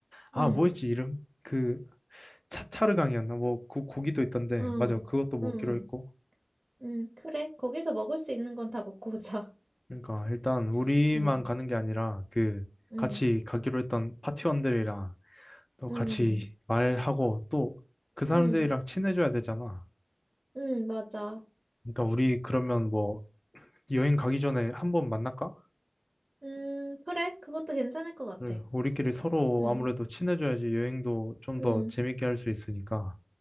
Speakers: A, on the left; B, on the right.
A: 아,
B: 응,
A: 뭐였지 이름? 그 차차르강이었나? 뭐 그 고기도 있던데.
B: 응,
A: 맞아. 그것도 먹기로
B: 응,
A: 했고.
B: 응. 그래, 거기서 먹을 수 있는 건 다 먹고 오자.
A: 그러니까 일단 우리만
B: <laughs> 응,
A: 가는 게 아니라 그
B: 응,
A: 같이 가기로 했던 파티원들이랑 또
B: 응,
A: 같이 말하고 또 그 사람들이랑
B: 응,
A: 친해져야 되잖아.
B: 응, 맞아.
A: 그러니까 우리 그러면 뭐 여행 가기 전에 한번 만날까?
B: 음, 그래, 그것도 괜찮을 것 같아.
A: 그래, 우리끼리 서로
B: 응,
A: 아무래도 친해져야지 여행도 좀
B: 응,
A: 더 재밌게 할 수 있으니까.